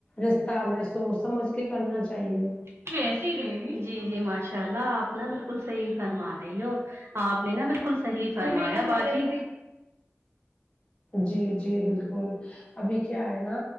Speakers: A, on the left (about 25°); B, on the right (about 65°).
A: رشتہ ہمیں سوچ سمجھ کے کرنا چاہیے
B: تو ایسے ہی رہینگی جی جی ماشاء اللہ آپ نہ بالکل صحیح فرما رہی ہو آپ نے نہ بالکل صحیح فرمایا باجی
A: جی جی بالکل ابھی کیا ہے نا